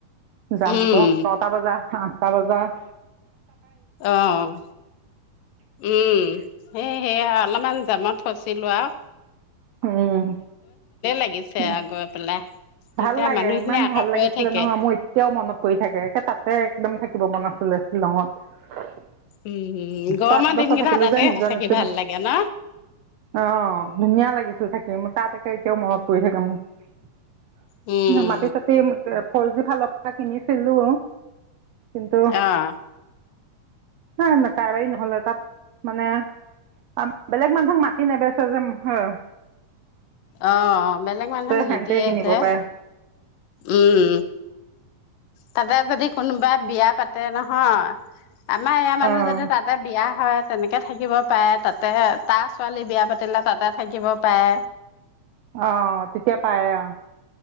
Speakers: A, on the right (about 75°); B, on the left (about 80°).
A: যাম
B: উম
A: আকৌ নটা বজা। আঠটা বজাত।
B: অ', উম, হে হেইয়া অলপ ইমান যামত ফচিলো আওঁ।
A: উম
B: লাগিছে
A: উ
B: আৰু গৈ পেলাই তেতিয়া
A: ভাল লাগে
B: মানুহখিনি
A: ইমান
B: আকৌ
A: ভাল লাগিছিলে
B: কৈ থাকে
A: নহয় মোৰ এতিয়াও মনত পৰি থাকেে তাতে একদম থাকিব মন আছিলে শ্বিলঙত।
B: উম গৰমৰ
A: পাঁচ বছৰ
B: দিনকেইটা
A: থাকিলো
B: তাতে
A: যে নিজৰ
B: থাকি
A: নিচিনা।
B: ভাল লাগে ন
A: অ 'ধুনীয়া লাগিছে। মোৰ তাতে এতিয়াও মনত পৰি থাকে মোৰ।
B: উম
A: না মাটি চাতি ফৰ জি ফালৰ পৰা কিনিছিলো। কিন্তু
B: অ
A: হ কাৰবাৰী নহলে তাত মানে আ বেলেগ মানুহক‌ মাতি নেবেচে যে হ
B: অ' বেলেগ মানুহক
A: সেহেঁতে
B: নিদিয়ে
A: কিনিব
B: যে
A: পাৰে
B: উম, তাতে যদি কোনোবাই বিয়া পাতে নহয় আমাৰ ইয়াৰ মানুহ
A: অ'
B: যদি তাতে বিয়া হয় তেনেকে থাকিব পাৰে তাতেহে তাৰ ছোৱালী বিয়া পাতিলে তাতে থাকিব পাৰে।
A: অ', তেতিয়া পাৰে অ '।